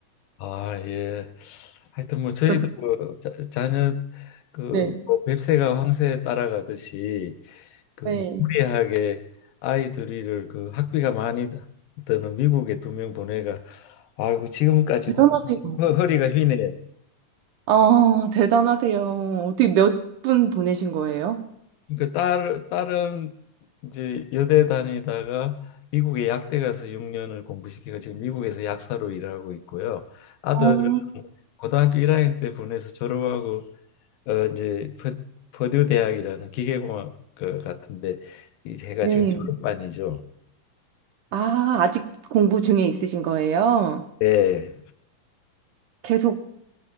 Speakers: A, on the left; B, on the right.
A: 아, 예. 하여튼 뭐 저희도
B: <laughs>
A: 그 자, 자녀 그뭐
B: 네.
A: 뱁새가 황새에 따라가듯이 그뭐
B: 네.
A: 무리하게 아이 둘이를 그 학비가 많이 드는 미국에 두 명 보내가 아이고 지금까지도
B: 대단하세요.
A: 허, 허리가 휘네요.
B: 아, 대단하세요. 어떻게 몇 분 보내신 거예요?
A: 그러니까 딸 딸은 이제 여대 다니다가 미국에 약대 가서 6년을 공부시키고 지금 미국에서 약사로 일하고 있고요. 아들은
B: 어,
A: 고등학교 1학년 때 보내서 졸업하고 어 이제 퍼- 퍼듀 대학이라는 기계공학 그 같은데 이 제가
B: 네.
A: 지금 졸업반이죠.
B: 아, 아직 공부 중에 있으신 거예요?
A: 네.
B: 계속